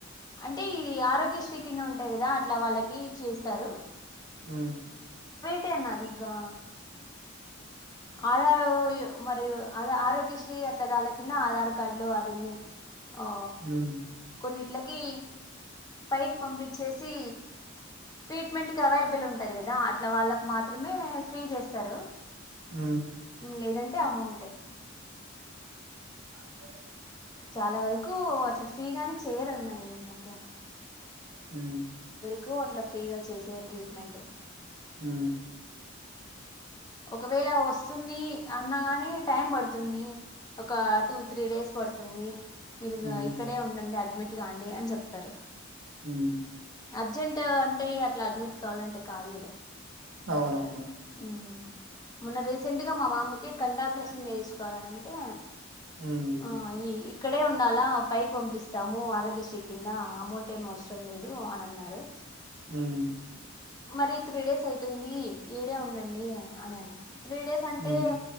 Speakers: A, on the left; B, on the right.
A: అంటె ఇ ది ఆరోగ్యశ్రీ కింద ఉంటయ్ గదా అట్లా వాళ్ళకి చేస్తారు.
B: ఉ
A: టే నదిగా ఆధారు మరియు ఆరోగ్యశ్రీ అట్లా దాని కింద ఆధార్ కార్డులు అవన్నీ. ఓ
B: హ్మ్.
A: కొన్నిట్లాకి పైకి పంపించేసి ట్రీట్మెంట్కి అవైలబుల్ ఉంటుంది కదా అట్లా వాళ్ళకు మాత్రమే ఫ్రీ చేస్తారు.
B: ఉ
A: లేదంటే అమౌంటే
B: <inaudible>
A: చాలా వరకు అట్లా ఫ్రీగానే చేయరన్నా ఈ మధ్య
B: ఉ
A: క్కు అట్లా ఫ్రీగా చేసే ట్రీట్మెంట్
B: ఉ
A: ఒకవేళ వస్తుంది అన్నా గాని టైం పడుతుంది ఒక టూ త్రీ డేస్ పడుతుంది మీరు
B: హ్మ్.
A: ఇక్కడే ఉండండి అడ్మిట్ కాండి అని చెప్తారు.
B: ఉ
A: అర్జెంటు అంటే అట్లా అడ్మిట్ కావాలంటే కాదు కదా.
B: అవునవును.
A: ఉ మన్న రీసెంట్గా మా మామకి కంటి ఆపరేషన్ చేయించుకోవాలంటే
B: హ్మ్.
A: ఆ ఇ ఇక్కడే ఉండాలా పైకి పంపిస్తాము ఆరోగ్యశ్రీ కింద అమౌంట్ ఏం అవసరం లేదు అని అన్నారు.
B: ఉ
A: మరి త్రీ డేస్ అయితుంది ఎ ఇడే ఉండండి అని అన త్రీ డేస్ అంటే
B: హ్మ్.